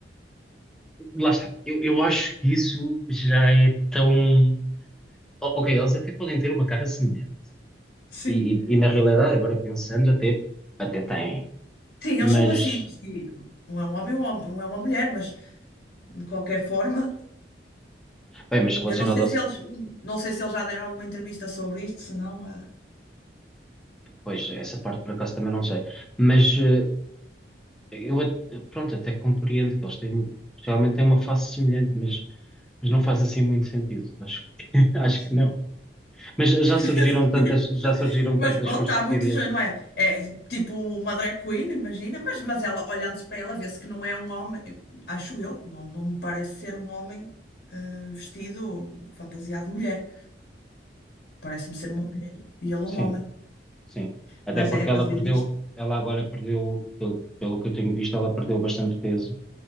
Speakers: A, in the centre; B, on the left.
A: Lá está. Eu, eu acho que isso já é tão. O- Ok, eles até podem ter uma cara semelhante.
B: Sim.
A: E, e- e na realidade, agora pensando, até, até têm.
B: Sim, eles
A: Mas,
B: são parecidos. E um é um homem, um hom- um é uma mulher, mas de qualquer forma,
A: bem, mas relacionado
B: eu não sei
A: a.
B: se eles, não sei se eles já deram alguma entrevista sobre isto, se não, eh,
A: Pois, essa parte por acaso também não sei. Mas eh, eu, at- pronto, até compreendo que eles têm. Realmente têm uma face semelhante, mas, mas não faz assim muito sentido. Acho, que- <laughs> acho
B: sim.
A: que não. Mas já
B: <laughs>
A: surgiram tantas, já surgiram
B: Mas
A: tantas
B: pronto,
A: conspiratorias?
B: há muitos, não é? É tipo uma drag queen, imagina, mas, mas ela, olhando-se para ela, vê-se que não é um homem, acho eu, não, não me parece ser um homem eh, vestido, fantasiado de mulher. Parece-me ser uma mulher e ele
A: Sim,
B: um homem.
A: sim. Até
B: Mas
A: porque
B: é, mas
A: ela
B: existe.
A: perdeu, ela agora perdeu, pelo, pelo que eu tenho visto, ela perdeu bastante peso